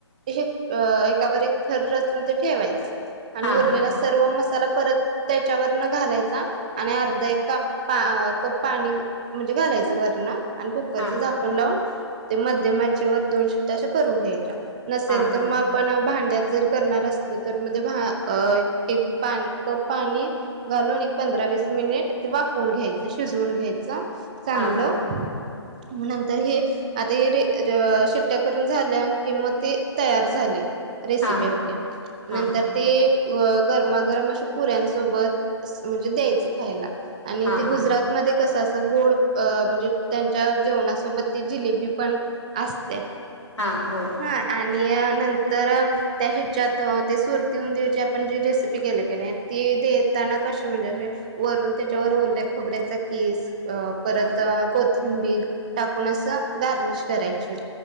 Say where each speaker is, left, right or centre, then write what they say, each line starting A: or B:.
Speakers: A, on the right; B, on the left.
A: हेक एकावर एक थर रचून ते ठेवायचा. आणि
B: हा
A: उरलेला
B: हा
A: सर्व मसाला परत त्याच्या वरन घालायचा आणि अर्धा एक काप पा कप पाणी म्हणजे घालायचं वरण आणि कुकरचं
B: हा हा
A: झाकण लावून ते मध्यम च्या वर दोन शिट्ट्या असं करून घ्यायच्या नसेल
B: हा हा
A: तर म आपण भांड्यात जर करणार असलो तर म ते भा एक पान कप पाणी घालून एक पंधरा वीस मिनिट ते वाफवून घ्यायचं. शिजवून घ्यायचं. चांगलं
B: हा हा
A: म नंतर हे आता हे डे रर शिट्ट्या करून झाल्या की म ते तयार झाले. रेसिपी
B: हा
A: आपली
B: हा
A: नंतर ते अ गरमागरम अशे पुऱ्यांसोबत म्हणजे द्यायचं खायला. आणि
B: हा
A: ते गुजरातमध्ये
B: हा
A: कसं अस गोड म्हणजे त्यांच्या जेवणासोबत ती जिलेबी पण अस् त्या
B: हा होय
A: हा आण आणि नंतर त्या ह्याच्यात ते सुरती उंदीऊ ची आपण जी रेसिपी केले की नाय ती देताना कसे म्हणजे असे वरून त्याच्यावर ओल्या खोबऱ्याचा कीस अ परत
B: हा
A: कोत थिंबीर टाकून असं गार्निश करायचे.